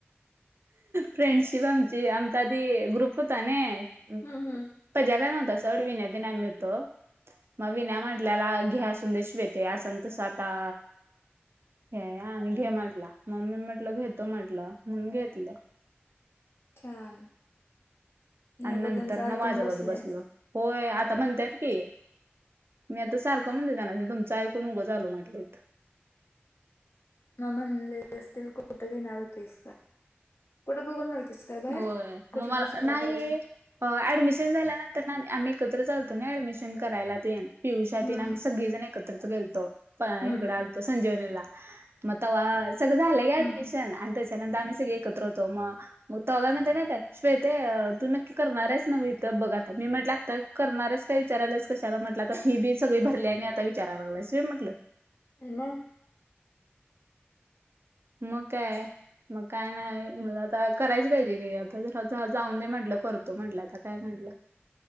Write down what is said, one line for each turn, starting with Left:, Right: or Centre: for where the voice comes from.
Right: फ्रेंडशिप आमची, आमचा आधी ग्रुप होता नयी
Left: हम्म हम्म
Right: पज्या काय नव्हता सोड विन्यातेन आम्ही होतो. विन्या म्हटल्याला घे असून दे श्वेते असण तसं आता हे हाय आणि घे म्हटला म मी म्हटलं घेतो म्हटलं म्हणून घेतलं.
Left: छान,
Right: आणि
Left: नगो
Right: नंतर
Left: त्यांचं ऐकून
Right: ना माझ्याबत
Left: बसलेयं
Right: बसलं होय. आता म्हणतेय की. मी आता सारखं म्हणते त्यांना तुमचंऐकून उगं झाल म्हटलं इथं.
Left: मग म्हणली असतील कुट घेणार होतेस्त. कुट बघून तस काय बाहेर.
Right: होय
Left: कुठ
Right: मग
Left: दिवस
Right: मला नाही
Left: कॉलेज
Right: ऍडमिशन झाल्यानंतर ना आम्ही एकत्र चालतो ना ऍडमिशन करायला तेन. पियुष्या
Left: हम्म
Right: तन आम्ही सगळी जण एकत्रित गेलतो प
Left: हम्म
Right: इकडं संजीवनीला मग्हा सगळं झालं ग ऍडमिशन
Left: हम्म
Right: आणि त्या त्यानंतर आमही सगळे एकत्र होतो मग. मग तवा काय म्हणत्या माहित हाय श्वेते तू नक्की करणार आहेस न् इ तर बघा आता मी म्हट लागत करणार आहेस का विचारायलाच कशाला म्हटलं आता ही बी सगळी भरली आणि आता विचारायला लाग असी म्हटलं.
Left: मग.
Right: मग काय मग काय नाही मुला करायच पाहिजे क आता जरा जाऊन दे म्हटलं करतो म्हटलं आता काय करणार.